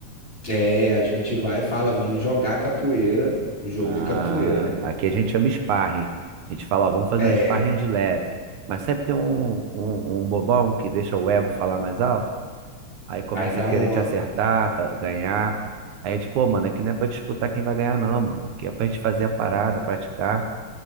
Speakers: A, on the left; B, on the right.
A: é, a gente vai e fala vamos jogar capoeira, jogo
B: Ah,
A: de capoeira, né?
B: aqui a gente chama sparring. A gente fala, ó, vamos fazer
A: É,
B: um sparring de leve. Mas sempre tem um, um, um bobão que deixa o ego falar mais alto. Aí começa
A: aí dá
B: a querer
A: uma
B: te acertar, fa- ganhar. Aí é tipo, pô, mano, aqui não é pra disputar quem vai ganhar, não, mano. Aqui é pra gente fazer a parada, praticar.